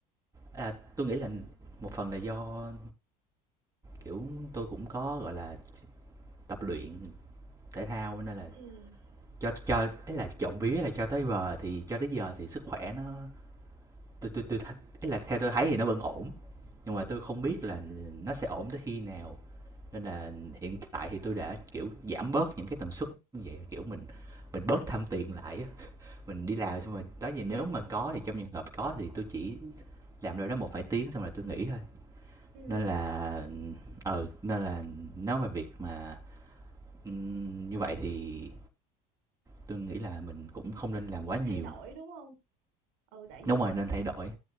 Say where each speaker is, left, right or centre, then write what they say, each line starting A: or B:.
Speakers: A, on the right; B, on the right.
A: à, tôi nghĩ là một phần là do kiểu tôi cũng có gọi là tập luyện thể thao nên là
B: ừ
A: cho cho ấy là trộm vía là cho tới giờ thì cho tới giờ thì sức khỏe nó tôi tôi tôi th- ấy là theo tôi thấy thì nó vẫn ổn nhưng mà tôi không biết là nó sẽ ổn tới khi nào nên là hiện tại thì tôi đã kiểu giảm bớt những cái tần suất như vậy kiểu mình mình bớt tham tiền lại á. mình đi làm xong rồi đó giờ nếu mà có thì trong trường hợp có thì tôi chỉ làm đâu đó một vài tiếng xong rồi tôi nghỉ thôi
B: ừ
A: nên là ờ nên là nói về việc mà Ừm, như vậy thì tôi nghĩ là mình cũng không nên làm
B: nên
A: quá nhiều.
B: thay đổi đúng không ừ tại vì
A: Đúng rồi, nên thay đổi.